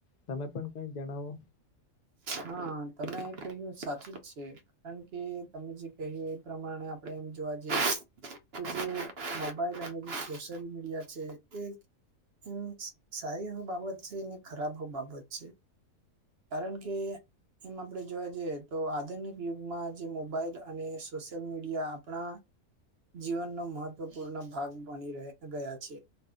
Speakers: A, on the left; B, on the right.
A: તમે પણ કઈ જણાવો
B: હા તમે તમે કહ્યું સાચું જ છે કારણ કે તમે જે કહ્યું એ પ્રમાણે આપણે એમ જોવા જઈએ જે મોબાઈલ અને જે સોશિયલ મીડિયા છે એ એમ સારી એ બાબત છે ને ખરાબ બાબત છે કારણ કે એમ આપણે જોવા જઈએ તો આધુનિક યુગમાં જે મોબાઈલ અને સોશિયલ મીડિયા આપણા જીવનનો મહત્વપૂર્ણ ભાગ બની ર ગયા છે